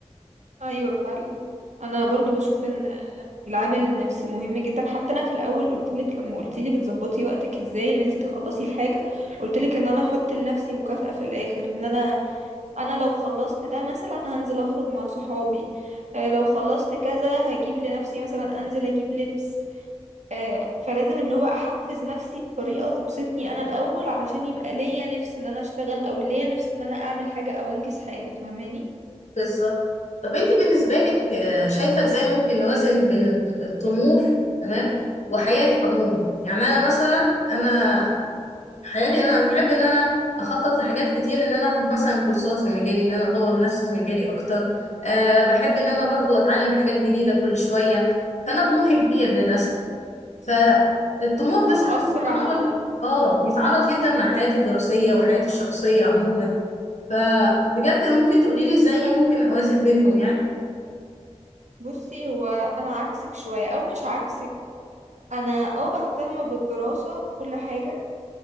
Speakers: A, on the right; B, on the left.
A: ايوه فعلا انا برضو بشوف ان العامل النفسي مهم جدا حتى انا في الاول قلت لك لما قلت لي بتظبطي وقتك ازاي ان انت تخلصي الحاجه قلت لك ان انا احط لنفسي مكافأة في الاخر ان انا انا لو خلصت ده مثلا هنزل اخرج مع صحابي آه، لو خلصت كذا هجيب لنفسي مثلا انزل اجيب لبس آه، فلازم اللي هو احفز نفسي بطريقة تبسطني انا الاول علشان يبقى ليا نفس ان انا اشتغل او ليا نفس ان انا اعمل حاجة او انجز حاجة فاهماني
B: بالظبط طب انت بالنسبة لك آه، شايفة ازاي ممكن نوازن بين الطموح تمام وحياتك عموما يعني انا مثلا انا حياتي انا بحب ان انا اخطط لحاجات كتير ان انا اخد مثلا كورسات في مجالي ان انا اطور نفسي في مجالي اكتر أه بحب ان انا برضو اتعلم حاجات جديدة كل شوية فانا طموحي كبير للاسف فالطموح ده
A: فمأثر
B: ساعات بيتعارض
A: على
B: اه بيتعارض جدا مع حياتي الدراسية وحياتي الشخصية عموما فبجد ممكن تقولي لي ازاي ممكن اوازن بينهم يعني
A: بصي هو انا عكسك شوية او مش عكسك انا اه بهتم بالدراسة وكل حاجة